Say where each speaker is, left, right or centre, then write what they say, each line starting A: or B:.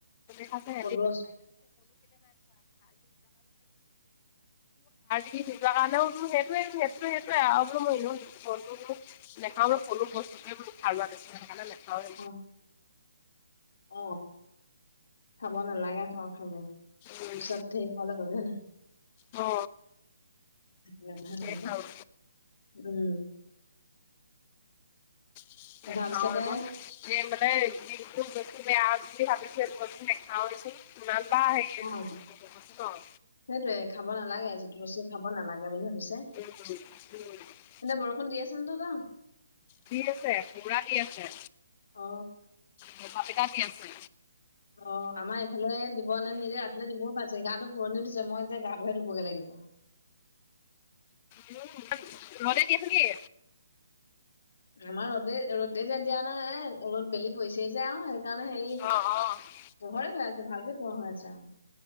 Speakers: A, on the left (about 30°); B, on the left (about 65°).
A: আহা
B: কলো আছো
A: হেইটোৱ হেত হেইটোৱে আ‌ৰু মইনো এনেও, সলো নেখাও মে সকলো বস্তুতোৱে বান ভাল লাগেছে সেইকাৰণে লেখাওৱে,
B: অ অ খাব নালাগে খওঁ খাব
A: উম,
B: পিছত ধেৰ হলে ভাবে নহয়,
A: অ,
B: তেনে ভাল
A: সেয়ে
B: কথা
A: খাওঁ
B: উম,
A: <unintelligible>
B: তাৰপিছতে
A: যে মানে যিহটো বস্তু বেয়া বুলি ভাবিছো এই বস্তু নেখাও দিয়া চোন। নলা আহ,
B: অ' সেইটোয়ে খাব নালাগে যিটো বস্তু খাব নালাগে বুলি ভাবিছে।
A: <unintelligible>
B: এনে বৰষুণ দি আছিল তহত,
A: দি আছে পোৰা দি আছে।
B: অ,
A: দবা পিটা দি আছে।
B: অ আমাৰ এইফালে দিব নে নিদেয়ছ ৰাতি দিবও পাই যে গাটো। বন দিছ মই এতিয়া গা ধুৱে ধুবগৈ লাগিব।
A: ৰদে দি আছে নেকি।
B: আমাৰ ৰ'দে ৰ'দে যে দিয়া নাই ৰ'দ বেলি পৰিছে যে আৰু তণে হেৰি
A: অ অ অ
B: পোহৰে হৈ আছে ভালকে পুহৰ হৈ আছে আও,